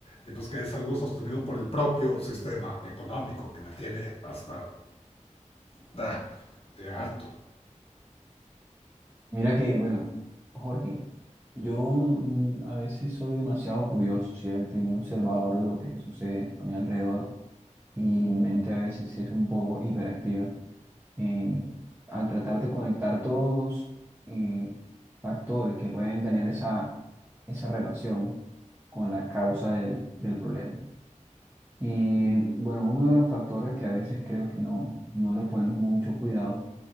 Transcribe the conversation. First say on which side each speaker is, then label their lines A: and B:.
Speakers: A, on the left (about 45°); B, on the right (about 15°).
A: Y pues que es algo sostenido por el propio sistema económico, que me tiene hasta da, de harto.
B: Mira que, bueno, Jorge, yo mm, a veces soy demasiado curioso, ¿cierto? Y muy observador de lo que sucede a mi alrededor y mi mente a veces es un poco hiperactiva. En- al tratar de conectar todos los eh, factores que pueden tener esa, esa relación con la causa del del problema. Y bueno, uno de los factores que a veces creo que no, no le ponemos mucho cuidado